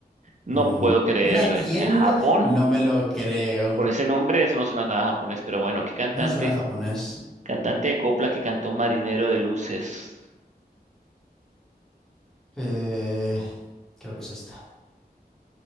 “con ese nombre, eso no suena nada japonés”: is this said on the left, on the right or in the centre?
Right